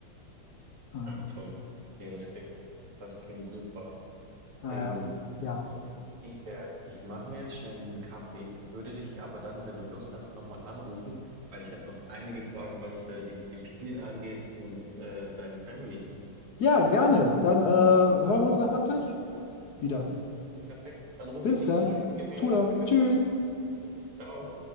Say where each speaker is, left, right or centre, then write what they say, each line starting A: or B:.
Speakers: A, on the left; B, on the right.
A: Ähm,
B: Ach, toll. Nee, das klingt, das klingt super.
A: naja,
B: Ähm,
A: ja.
B: Jo. Ich, äh, ich mache mir jetzt schnell einen Kaffee, würde dich aber dann, wenn du Lust hast, nochmal anrufen, weil ich habe noch einige Fragen, was äh, die Philippinen angeht und äh, deine Family.
A: Ja, gerne. Dann äh, hören wir uns einfach gleich wieder.
B: Perfekt. Dann rufe
A: Bis
B: ich dich
A: gleich.
B: zurück. Gib mir,
A: Tu das.
B: gib mir
A: Tschüss.
B: fünf Minuten. Ciao.